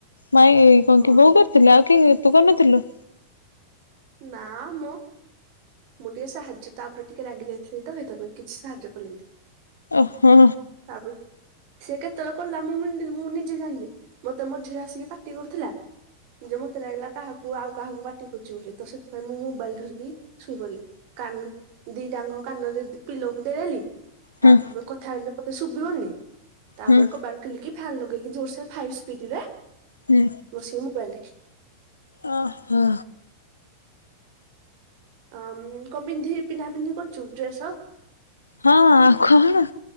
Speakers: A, on the left; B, on the right.
A: ମାଇ କଣ
B: ହଁ
A: କି ବୋଉ କରିଥିଲେ। ଆଉ କି ତୁ କରିନଥିଲୁ?
B: ନା ମୁଁ ମୁଁ ଟିକେ ସାହାଯ୍ୟ ତାପରେ ଟିକେ ରାଗି ଯାଇଥିଲି ତ ହତ ମୁଁ କିଛି ସାହାଯ୍ୟ କଲିନି।
A: ଓ ହୋ।
B: ତାପ ସେିଏ କେତେବେଳେ କା ମୁଁ ମୁଁ ନିଜେ ଜାଣିଲି ମତେ ମଝିରେ ଆସିକି ପାଟି କରୁଥିଲା। ଯେ ମତେ ଲାଗିଲା କାହାକୁ ଆଉ କାହାକୁ ପାଟି କରୁଛି ବୋଲି। ତ ସେଥିପାଇଁ ମୁଁ ମୋବାଇଲ ଧରିକି ଶୋଇଗଲି କାରଣ ଦିଡାଙ୍ଗ କାନ ଦେଇ ପିଲକୁ ଦେଇଦେଲି। ତାପ
A: ହୁଁ
B: କଥା ହେିଲେ କେ ଶୁଭିବନି ତାପରେ
A: ହୁଁ
B: କବାର ିଲ କି ଫନ୍ ଲଗେଇକି ଜୋରସ ଫାଇ୍ ସ୍ପିଡ ରେ
A: ହୁଁ।
B: ମୋରି ମୋାଇଲ ଲ ଦେଖିଲି।
A: ଓ ହ।
B: ହିଁ, କଣ ପିନ୍ଧି ପିନ୍ଧା ପିନ୍ଧି କରୁଛୁ ଡ୍ରେସ ହଉ।
A: ହଁ ଆଉ କଣ?